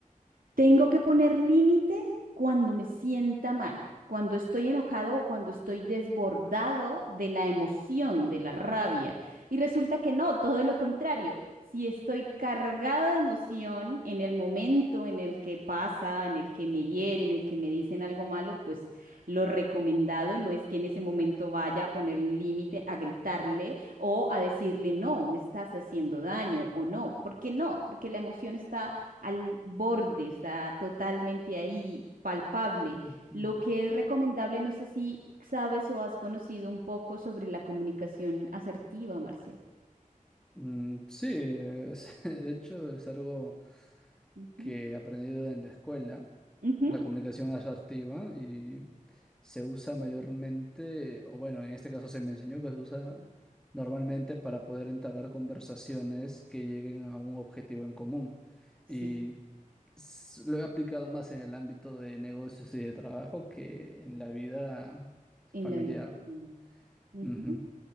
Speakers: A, on the right (about 85°); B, in the centre.
A: tengo que poner límite cuando me sienta mal, cuando estoy enojado o cuando estoy desbordado de la emoción, de la rabia. Y resulta que no, todo lo contrario. Si estoy cargado de emoción en el momento en el que pasa, en el que me hieren, en el que me dicen algo malo, pues lo recomendado no es que en ese momento vaya a ponerle un límite, a gritarle o a decirle, no, me estás haciendo daño o no. ¿Por qué no? Porque la emoción está al borde, está totalmente ahí, palpable.
B: Mm, mm,
A: Lo que es recomendable, no sé si sabes o has conocido un poco sobre la comunicación asertiva, Marcial.
B: mm, sí, es- <laughs> de hecho es algo
A: Ujú.
B: que he aprendido en la escuela,
A: Ujú.
B: la comunicación asertiva, y se usa mayormente, o bueno, en este caso se me enseñó que se usa normalmente para poder entablar conversaciones que lleguen a un objetivo en común.
A: Sí,
B: Y s- lo he aplicado más en el ámbito de negocios y de trabajo que en la vida
A: en
B: familiar.
A: la vida personal. Ujú.
B: Ujú.